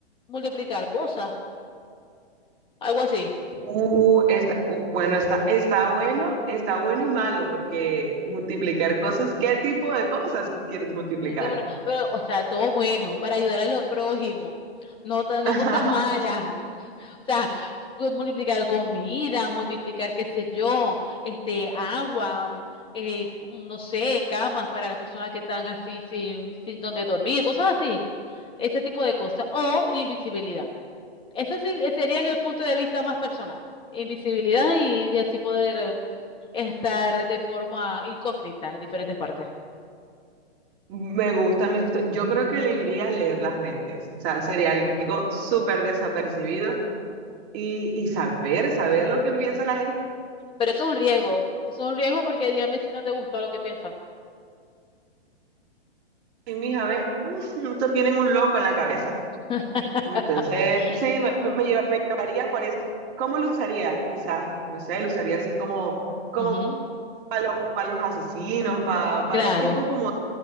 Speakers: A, on the left; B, on the right.
A: multiplicar cosas, algo así.
B: Uh, está, uh, bueno, está, está bueno, está bueno y malo, porque multiplicar cosas, ¿qué tipo de cosas quieres multiplicar?
A: Es que bueno, pero, o sea, todo bueno, para ayudar a los prójimos, no, ta- no
B: <laughs>
A: cosas malas. <laughs> O sea, pu- multiplicar comida, multiplicar, qué sé yo, este, agua, mm, eh, mm, no sé, camas para las personas que están así sin, sin donde dormir, cosas así, ese tipo de cosas. O invisibilidad. Eso sí eh, sería en el punto de vista más personal. Invisibilidad y, y así poder eh, estar de forma incógnita en diferentes partes.
B: Me gusta, me gusta. Yo creo que elegiría leer las mentes. O sea, sería algo súper desapercibido y, y saber, saber lo que piensa la gente.
A: Pero eso es un riesgo. Eso es un riesgo porque dígame si no te gusta lo que piensas.
B: Y mija, ve, mm, estos tienen un loco en la cabeza.
A: <laughs>
B: Entonces, sí, me, me- me lleva- me llevaría por ese. ¿Cómo lo usaría? Quizás, no sé, lo usaría así como, como
A: Ujú,
B: para los, pa' los asesinos, para
A: Claro,
B: ese tipo como